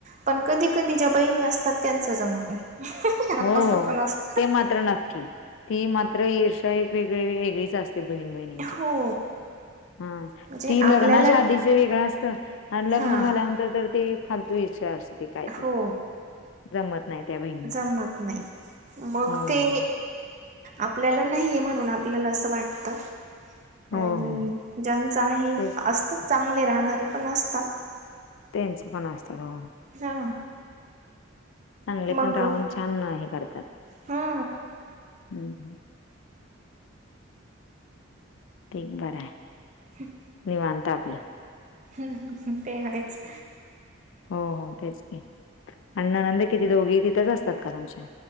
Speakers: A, on the right (about 35°); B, on the left (about 65°).
A: पण कधी कधी ज्या बहिणी असतात त्यांच जमत नाही
B: हो
A: असं
B: हो
A: पण असत
B: ते मात्र नक्की ती मात्र ईर एक वेगळी वेगळीच असते बहीण बहिणी
A: हो
B: हा
A: म्हणजे
B: ती
A: आपल्याला
B: लग्नाच्या आधीच वेगळं असतं आणि लग्न
A: हा
B: झाल्यानंतर तर ते फालतू ईर्षा असते काय
A: हो
B: तर जमत नाही त्या बहिणीचा
A: जमत नाही मग
B: हो हो
A: ते आपल्याला नाहीये म्हणून आपल्याला असं वाटत
B: हो
A: आणि
B: हो हो, हो.
A: ज्यांच आहे
B: तेच
A: असतात चांगले राहणारे पण असतात
B: त्यांनच पण असत हो
A: हा
B: चांगले
A: मग
B: पण राहुन छान हे करतात
A: हा
B: ह् ते बर आहे.
A: हम
B: निवांत आपलं
A: ह् ते आहेच
B: हो हो तेच की आणी ननंद किती दोघे तिथेच असतात का तुमच्या?